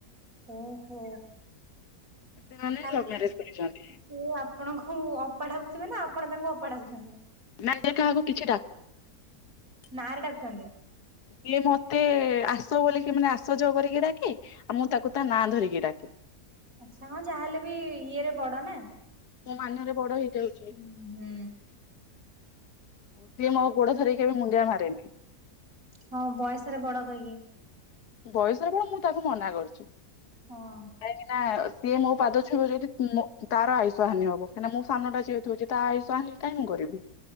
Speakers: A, on the right; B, on the left.
A: ଓହୋ।
B: ସେମାନେ
A: ତାହଲେ
B: ଲଭ୍ ମ୍ୟାରେଜ
A: ଆପ
B: କରିଛନ୍ତି
A: ସେ ଆପଣଙ୍କୁ ଅପାଢକୁଥିବେ ନା <unintelligible> ଆପଣ ତାଙ୍କୁ ଅପା ଡାକୁଛନ୍ତି।
B: ନ ଦେ କାହାକୁ କିଛି ଡାକୁନି <unintelligible>
A: ନାଁରେ ଡାକୁଛନ୍ତି
B: କିଏ ମତେ ଆ <inaudible> ଆସ ବୋିକି ମାନେ ଆଶ କରିକି ଡାକେ ଆଉ ମୁଁ ତାକୁ ତା ନାଁ ଧରିକି ଡାକେ <unintelligible>
A: ଆଚ୍ଛା ହଁ ଯାହାହେଲେ ବି ଇଏରେ ବଡ ନା
B: ମୁଁ ମାନରେ ବଡ ହେଇଯାଉଛି।
A: ହୁଁ
B: ସିଏ ମୋ ଗୋଡ଼ ଧରି କେବେ ମୁଣ୍ତିଆ ମାରେନି
A: ହଁ ବୟସରେ ବଡ କହିକି
B: ବୟସରେ ବଡ ମୁଁ ତାକୁ ମନା କରୁଛି
A: ହଁ।
B: କାହିଁକିନା। ସିଏ ମୋ ପାଦ ଛୁଇଁବ ଯଦି ତାର ଆୟୁଷ ହାନି ହବ କାହିଁକି ନା ମୁଁ ସାନଟା ଯେହେତୁ ତା ଆୟୁଷ ହାନି କାହିଁକି ମୁଁ କରିବି କରିବି <inaudible>